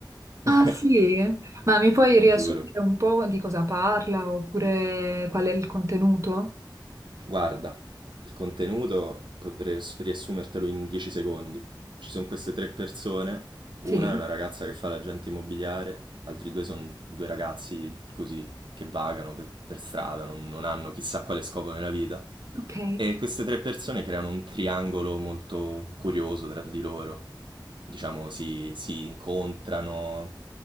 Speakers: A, on the right (about 75°); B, on the right (about 40°).
A: <laughs>
B: Ah sì? Ma mi puoi riassumere
A: Giuro.
B: un po' di cosa parla oppure qual è il contenuto?
A: Guarda, il contenuto potrei riass- riassumertelo in 10 secondi. Ci sono queste tre persone, una
B: Sì.
A: è una ragazza che fa l'agente immobiliare, altri due sono due ragazzi così che vagano per, per strada, non, non hanno chissà quale scopo nella vita.
B: Ok.
A: E queste tre persone creano un triangolo molto curioso tra di loro. Diciamo, si, si incontrano